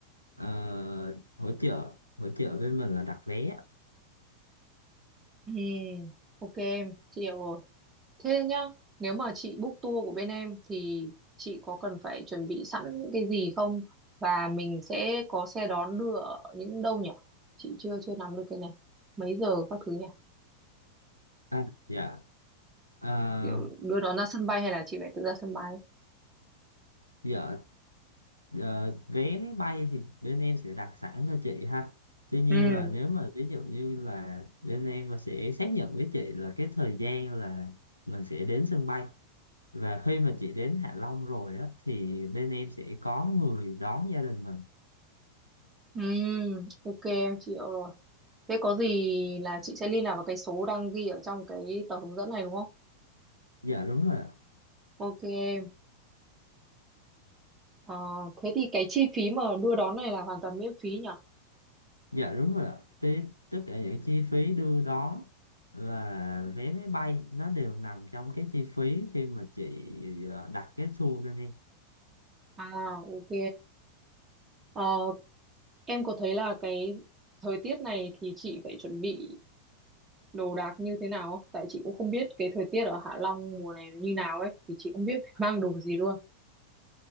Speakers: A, on the left; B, on the right.
A: ờ, hỗ trợ hỗ trợ bên mình là đặt vé
B: Ừ, ok, em, chị hiểu rồi. Thế nhá, nếu mà chị book tour của bên em thì chị có cần phải chuẩn bị sẵn những cái gì không? Và mình sẽ có xe đón đưa ở những đâu nhỉ? Chị chưa chưa nắm được cái này. Mấy giờ các thứ nhỉ?
A: À, dạ à,
B: Kiểu đưa đón ra sân bay hay là chị phải tự ra sân bay?
A: dạ Ờ, vé máy bay thì bên em sẽ đặt sẵn cho chị ha. Tuy nhiên
B: Ừ,
A: là nếu mà ví dụ như là bên em mà sẽ xác nhận với chị là cái thời gian là mình sẽ đến sân bay và khi mà chị đến Hạ Long rồi á thì bên em sẽ có người đón gia đình mình.
B: ừ, ok em chịu rồi. Thế có gì là chị sẽ liên lạc vào cái số đang ghi ở trong cái tờ hướng dẫn này đúng không?
A: Dạ đúng rồi ạ.
B: Ok em. Ờ, thế thì cái chi phí mà đưa đón này là hoàn toàn miễn phí nhỉ?
A: Dạ đúng rồi ạ. Thế tất cả những chi phí đưa đón và vé máy bay nó đều nằm trong cái chi phí khi mà chị ờ, đặt cái tour bên em.
B: À, ok. Ờ, em có thấy là cái thời tiết này thì chị phải chuẩn bị đồ đạc như thế nào không? Tại chị cũng không biết cái thời tiết ở Hạ Long mùa này nó như nào ấy, thì chị không biết phải mang đồ gì luôn.